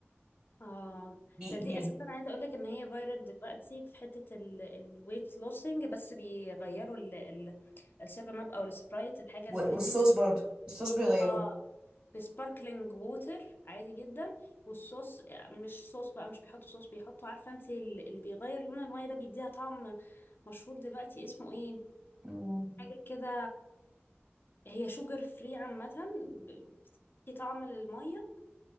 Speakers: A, on the left; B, on the right.
A: اه
B: بيقل
A: ده دي اساسا عايزه اقول لك ان هي فايرال دلوقتي في حته الويت لوسنج بس بيغيروا ال ال السيفن اب او السبرايت الحاجه
B: والصوص
A: الفريزي اللي بتحطيها-
B: برضو الصوص بيغيره
A: اه بسباركلينج ووتر عادي جدا والصوص مش صوص بقى مش بيحطوا صوص بيحطوا عارفه انت ال- اللي بيغير لون الميه ده بيديها طعم مشهور دلوقتي اسمه ايه
B: مم.
A: حاجه كده هي شوجر فري عامه ب- بتدي طعم للميه